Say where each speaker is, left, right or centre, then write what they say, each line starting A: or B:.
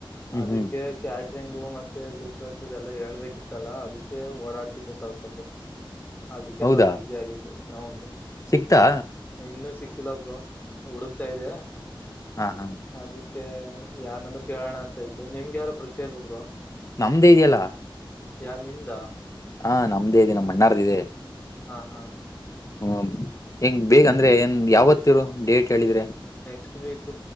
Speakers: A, on the left; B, on the left.
A: ಹ್ಮ್
B: ಅದಕ್ಕೆ
A: ಹ್ಮ್
B: ಕ್ಯಾಟ್ರಿಂಗು ಮತ್ತೆ ಗ್ರೂಪ್ಷ್ಟ ಇದೆಲ್ಲ ಹೇಳ್ಬೇಕಿತ್ತಲ್ಲಾ ಅದಕ್ಕೆ ಓಡಾಡ್ತಿದ್ದೆ ಸ್ವಲ್ಪ
A: <inaudible>
B: ಅದಕ್ಕೆ
A: ಹೌದಾ
B: ಸ್ವಲ್ಪ ಬಿಸಿ ಆಗಿದ್ದೇ ಶವೊಬ್ರು
A: ಸಿಗ್ತಾ
B: ಇನ್ನುೂ ಸಿಕ್ಕಿಲ್ಲ ಬ್ರೋ ಹುಡುಕ್ತಾ ಇದೆ.
A: ಹಾ ಹಾ.
B: ಅದಕ್ಕೆ ಯಾರನ್ನಾರು ಕೇಳೋಣ ಅಂತ ಇದ್ದೆ ನಿಮ್ಗೆ ಯಾರು ಪರಿಚಯ ಇಲ್ವಾ ಬ್ರೋ.
A: ನಮ್ದೇ ಇದೆಯಲ್ಲಾ.
B: ಯಾವ್ದ್ ನಿಮ್ದಾ.
A: ಹಾ ನಮ್ದೇ ಇದೆ ನಮ್ಮಣ್ಣಾರ್ದ್ ಇದೆ.
B: ಹಾ ಹಾ.
A: ಹ್ಮ್ ಹೆಂಗ್ ಬೇಗ ಅಂದ್ರೆ ಏನ್ ಯಾವತ್ತಿರು ಡೇಟ್ ಕೇಳಿದ್ರೆ.
B: Next week.